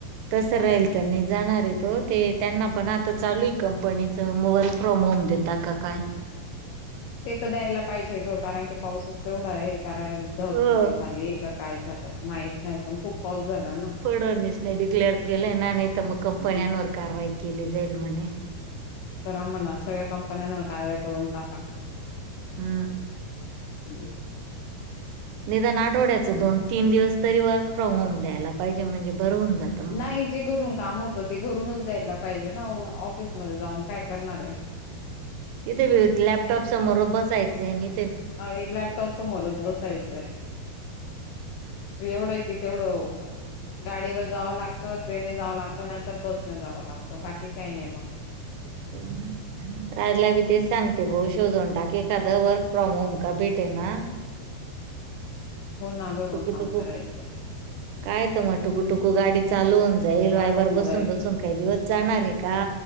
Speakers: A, on the right; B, on the left.
A: तसं राहिल तर नाही जाणार आहे तो ते त्यांना पण आता चालू आहे कंपनीच म वर्क फ्रॉम होम देतो ता का काय?
B: ते तर द्यायला पाहिजे ग कारण की पाऊसच तेवढा आहे कारय धगफुटी
A: हो
B: झाली का काय झालं माहीत नाही पण खूप पाऊस झाला ना
A: पडवणीस नाही डिक्लेअर केलं ना नाही तर मग कंपन्यांवर
B: हम्म
A: कारवाई केली जाईल म्हणे
B: करा म्हणा सगळ्या कंपन्यांवर कारवाई करून टाका
A: हा
B: ति
A: निदान आठवड्याचं दोन तीन दिवस तरी वर्क फ्रॉम होम द्यायला पाहिजे म्हणजे बरं होन जात.
B: नाही जे घरून काम होत ते घरूनच द्यायला पाहिजे ना ऑफिसमध्येध्ये जाऊन काय करणार आहे
A: तिथे भि लॅपटॉप समोर बसायचं नि
B: अ लॅपटॉप समोरच बसायचं आहे एवढं आहे की तेवढं गाडीवर जावं लागतं ट्रेनने जावं लागतं नाहीतर बसने जावं लागतं बाकी काही नाही मग
A: ते ह राजला बी तेच सांगते भाऊ शोधून टाकी एखादा वर्क फ्रॉम होम का भेटे ना
B: हो ना घरून
A: टुकू
B: काम
A: टुकू
B: करायचं
A: काय तर मग टुकू टुकू गाडी चालवून जाईल
B: सारं
A: वायबार
B: होऊन
A: बसून
B: जाईल
A: बसून काही दिवस जाणार आहे का